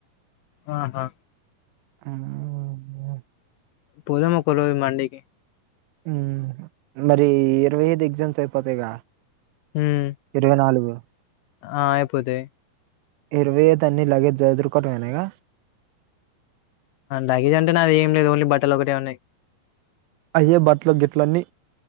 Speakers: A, on the left; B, on the right.
A: ఆహా
B: మ్
A: పోదాం ఒక రోజు మండి కి
B: మ్ మరి ఇరవై ఐదు ఎగ్జామ్స్ అయిపోతాయిగా
A: ఉమ్
B: ఇరవై నాలుగు
A: ఆ అయిపోతయి
B: ఇరవై ఐదు అన్ని లగేజ్ చదురుకోవటమేన ఇగ
A: లగేజ్ అంటే నాది ఏం లేదు ఓన్లీ బట్టలు ఒక్కటే ఉన్నాయి
B: అయ్యే బట్లో గిట్లో అన్ని